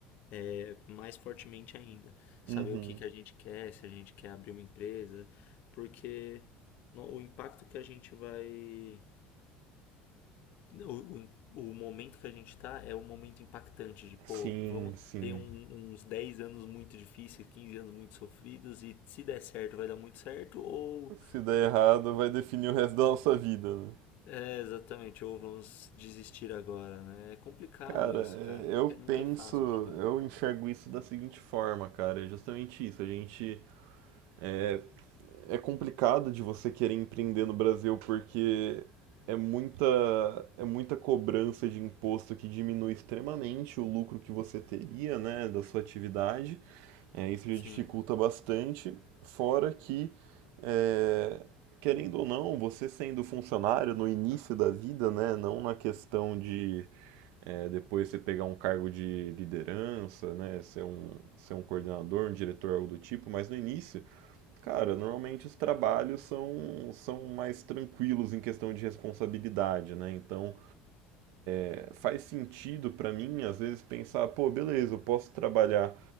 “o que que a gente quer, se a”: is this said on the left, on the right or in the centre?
Left